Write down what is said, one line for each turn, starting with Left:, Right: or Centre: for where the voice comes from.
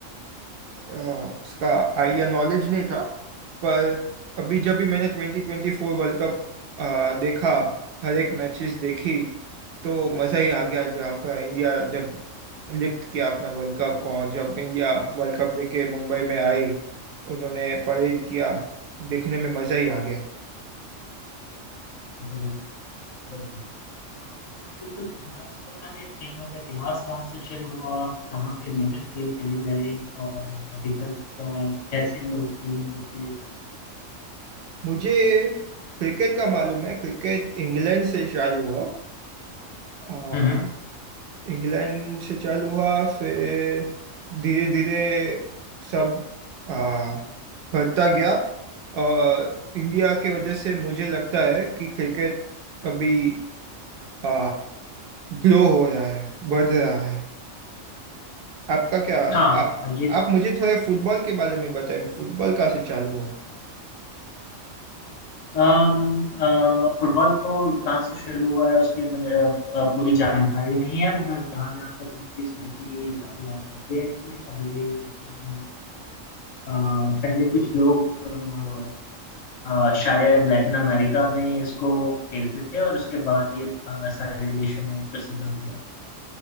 Right: आ, इसका आइडिया नॉलेज नहीं था पर अभी जब भी मैंने twenty twenty four world cup आ, देखा हर एक मैचेस देखी तो मज़ा ही आ गया जब अपना इंडिया जब लिफ्ट किया अपना वर्ल्ड कप और जब इंडिया वर्ल्ड कप लेके मुंबई में आई उन्होंने परेड किया देखने में मज़ा ही आ गया
Left: बढ़िया बढ़िया अ, आपको कुछ इतिहास पता है खेलों का इतिहास कहाँ से शुरू हुआ कहाँ पे मेजर खेल खेले गए और अभी तक अ, कैसे लोग खेलों में रुचि लेते हैं
Right: मुझे क्रिकेट का मालूम है क्रिकेट इंग्लैंड से चालू हुआ आ,
Left: हम्म
Right: इंग्लैंड से चालू हुआ फिर धीरे धीरे सब आ, बढ़ता गया और इंडिया के वजह से मुझे लगता है कि क्रिकेट अभी आ, ग्रो हो रहा है बढ़ रहा है आपका क्या आ,
Left: हाँ और ये
Right: आप मुझे थोड़ा फुटबॉल के बारे में बताएं फुटबॉल कहाँ से चालू हुआ
Left: अम, अ, फुटबॉल को कहाँ से शुरू हुआ है उसके मुझे अ, अ, पूरी जानकारी नहीं है मगर जहाँ जहाँ तक मेरी स्मृति अ, याद आती है कि पहले अम, अ, पहले कुछ लोग अ, शायद लैटिन अमेरिका में इसको खेलते थे और उसके बाद ये अ, सारे देशों में प्रसिद्ध हो गया